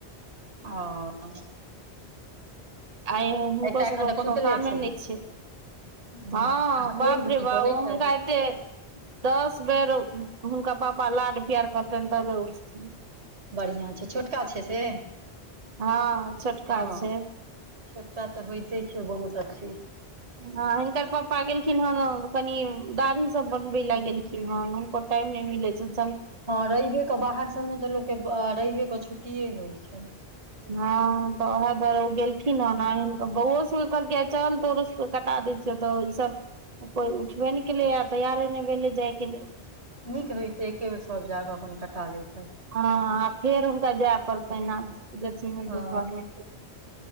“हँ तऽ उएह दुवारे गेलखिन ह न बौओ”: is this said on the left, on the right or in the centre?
Right